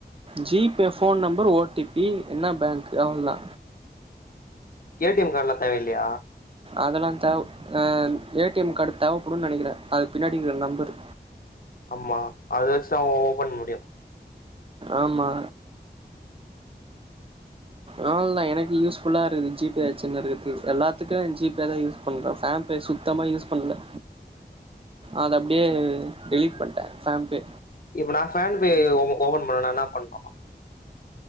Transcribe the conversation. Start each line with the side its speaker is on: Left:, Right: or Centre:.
Right: G Pay phone number O T P என்ன பேங்க் அவ்ள்தா
Left: ஏ டி எம் கார்ட்லா தேவல்லயா
Right: அதல்லா தேவ் ஆ ஏ டி எம் கார்டு தேவப்படுன் நெனக்கிறே அது பின்னாடிக்கிற நம்பரு
Left: ஆமா அத வச்சுதா ஒ ஓப்பன் பண்
Right: ஆமா அவள் தா எனக்கு யூஸ்ஃபுல்லா இருக்குது ஜி பே வச்சுனு இருக்கது எல்லாத்துக்கு ஜி பே தா யூஸ் பண்ற ஃபேன் பே சுத்தமா யூஸ் பண்ல அத அப்டியே டெலீட் பண்ட்ட ஃபேன் பே
Left: இப்ப நா ஃபேன் பே ஓப ஓபன் பண்ணுனா என்னா பண்ணனு